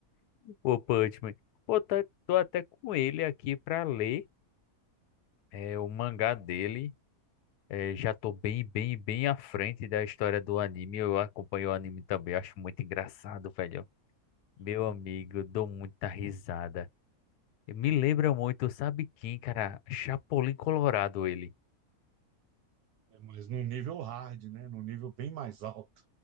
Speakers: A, on the left (about 85°); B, on the right (about 80°).
A: One Punch Man. Pô, tá, tô até com ele aqui pra ler é, o mangá dele. É, já tô bem, bem, bem à frente da história do anime. Eu acompanho o anime também, acho muito engraçado, velho. Meu
B: Aham.
A: amigo, dou muita risada. Me lembra muito, sabe quem, cara? Chapolin Colorado, ele.
B: É, mas num nível hard, né? Num nível bem mais alto.